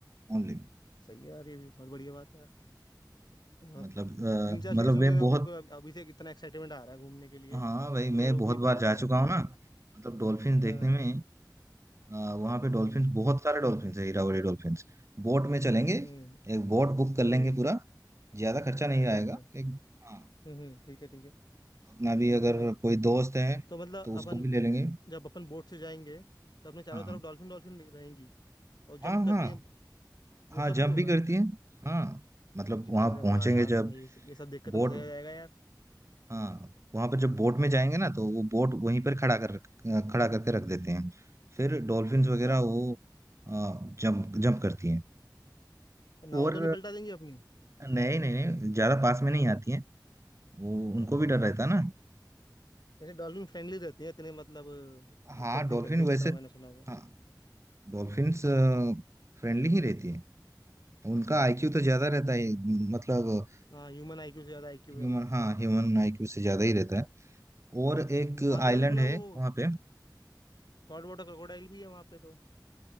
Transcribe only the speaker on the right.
ओनली
मतलब अ,
मतलब
वे
बहुत
हाँ
भाई मैं
बहुत
बार
जा
चुका
हूँ
ना मतलब डॉल्फिन देखने
में आ, वहाँ पे डॉल्फिन
बहुत सारे डॉल्फिन है हीरावरी डॉल्फिन बोट में चलेंगे
एक बोट बुक कर
लेंगे पूरा ज्यादा खर्चा नहीं
आएगा
एक हाँ
अपना भी
अगर
कोई दोस्त है
तो उसको
भी ले लेंगे
हाँ
हाँ
हाँ
हाँ
हाँ
जंप
भी करती है हाँ मतलब
वहाँ
पहुंचेंगे
जब
बोट
हाँ वहाँ पर जब बोट में जाएंगे ना तो वो बोट वहीं पर खड़ा
कर खड़ा करके रख देते हैं फिर डॉल्फिन्स
वगैरह वो जंप जंप करती हैं
और
नहीं नहीं नहीं ज्यादा पास में नहीं आती हैं वो उनको
भी
डर रहता है ना
हाँ डॉल्फिन
वैसे
हाँ डॉल्फिन्स फ्रेंडली ही रहती है उनका
आईक्यू तो ज्यादा रहता है मतलब
ह्यूमन
हाँ ह्यूमन आईक्यू से ज्यादा ही रहता है और एक
आइलैंड
है
वहाँ पे